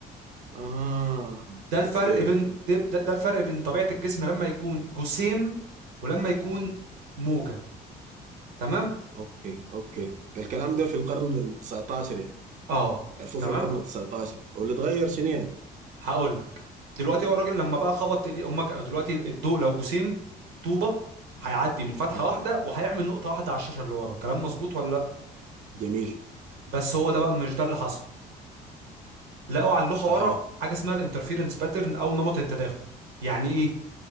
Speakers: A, on the right; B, on the right.
A: اها
B: ده الفرق
A: اوكي
B: بين ده, ده, ده الفرق بين طبيعة الجسم لما يكون جسيم ولما يكون موجة تمام
A: اوكي اوكي ده الكلام ده في القرن ال 19 يعني
B: اه
A: عرفوه
B: تمام
A: في القرن ال 19 واللي اتغير شنو يعني؟
B: هقول لك. دلوقتي هو الراجل لما بقى خبط ايديه امك دلوقتي الضوء لو جسيم طوبة هيعدي من فتحة
A: اها
B: واحدة وهيعمل نقطة واحدة على الشاشة اللي ورا كلام مظبوط ولا لا
A: جميل
B: بس هو ده بقى مش ده اللي حصل لقوا على اللوحة
A: اها
B: ورا حاجة اسمها الانترفيرنس باترن او نمط التداخل يعني ايه